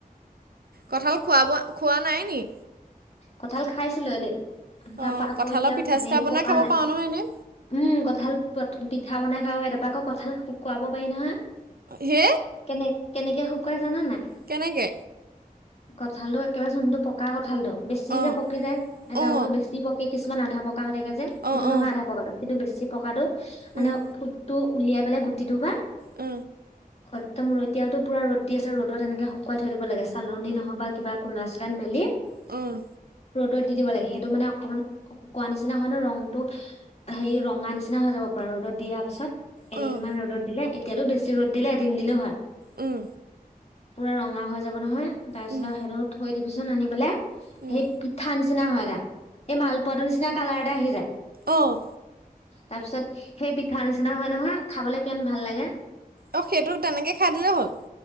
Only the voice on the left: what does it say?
কঁঠাল খাইছিলো এদিন
তাৰ পৰা আকৌ
এতিয়া
হেৰি
পকা
নাই
উম কঁঠাল পিঠা বনাই খাব এাৰপৰা আকৌ কঁঠাল শুকুৱাব পাৰি নহয়
কেনে কেনেকে শুকুৱাই জানা নাই?
কঁঠালটো একেবাৰে চোনটো পকা কঠাল টো বেছি
যে পকি যায় এটা
কঁঠাল বেছি পকে কিছু কিছুমান আধা পকা হৈ থাকে যে সেইটো
নহয়
আধা পকাটো কিন্তু বেছি পকাটো মানে
ফু তটো উলিয়াই পেলাই গুটিটো বা
একদম এতিয়াওটো পূৰা ৰ'দ দি আছে ৰ'দত এনেকৈ শুকুৱাই থৈ দিব লাগে চালনী নহয় বা কিবা ক'লা চলাত মেলি
ৰ'দত দি দিব লাগে সেইটো মানে অকণমান শুকোৱা নিচিনা হয় ন ৰংটো হেৰি ৰঙা নিচিনা হৈ যাব পৰা ৰ'দত দিয়াৰ পাছত
এদিন মান ৰ'দত দিলে এতিয়াতো বেছি ৰ'দ দিলে এদিন দিলেও হয়
পুৰা ৰঙা হৈ যাব নহয় তাৰপিছত
আৰু সেইটো থৈ দিবিচোন আনি পেলে
সেই পিঠা নিচিনা হয় এটা এই মালপোৱাটোৰ নিচিনা কালাৰ এটা আহি যায়
তাৰ পিছত সেই পিঠা নিচিনা হয় নহয় খাবলে কিমান ভাল লাগে